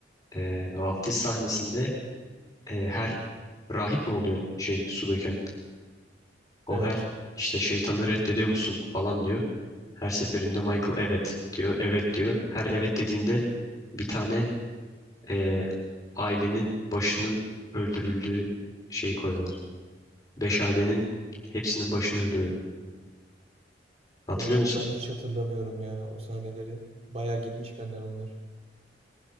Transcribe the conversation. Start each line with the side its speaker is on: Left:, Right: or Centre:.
Left: e, vaftiz sahnesinde e, her rahip mi oluyor şey su döken? O
Right: Evet.
Left: her işte şeytanı reddediyor musun falan diyor. Her seferinde Michael evet diyor, evet diyor. Her evet dediğinde bir tane e, ailenin başının öldürüldüğü şeyi koyuyorlar. Beş ailenin hepsinin başını öldürüyor. Hatırlıyor
Right: O
Left: musun?
Right: ben hiç hatırlamıyorum ya o sahneleri. bayağı gitmiş benden onlar.